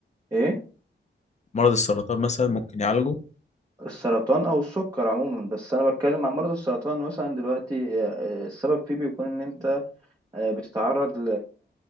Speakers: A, on the right (about 20°); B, on the left (about 35°).
A: ايه
B: مرض السرطان مثلا ممكن يعالجه
A: السرطان او السكر عموما بس انا بتكلم عن مرض السرطان مثلا دلوقتي آه، آه، السبب فيه بيكون ان انت آه، بتتعرض